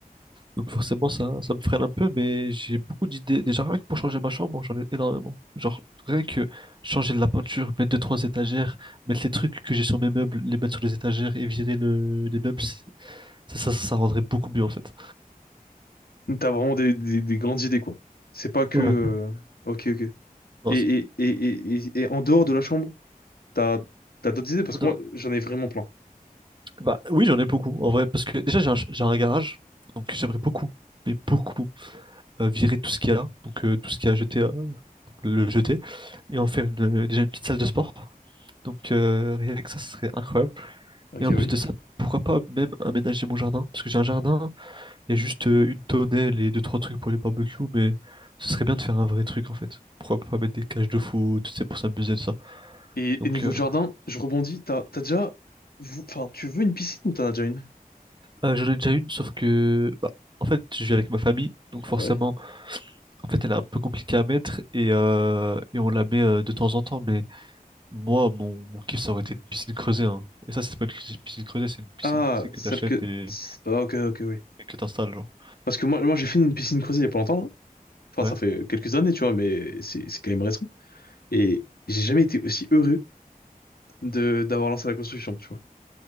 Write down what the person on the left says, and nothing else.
Donc, T'as vraiment des, des, des grandes idées, quoi. C'est pas que...
euh, Ok, ok.
Et,
et, et, et, et- et en dehors de la chambre, t'as, t'as d'autres idées? Parce
que moi, j'en ai vraiment plein.
Ok,
oui.
Et,
et niveau
jardin, je rebondis, t'as, t'as déjà... vou- Enfin, tu veux une piscine ou t'en as déjà une?
Ouais.
Ah,
celle
que...
Ah, ok, ok, oui.
Parce que moi, moi j'ai fini une piscine creusée il y a pas longtemps. là. Enfin,
ça fait quelques années, tu vois, mais c'est c'est quand même récent. Et j'ai jamais été aussi heureux de d'avoir lancé la construction, tu vois.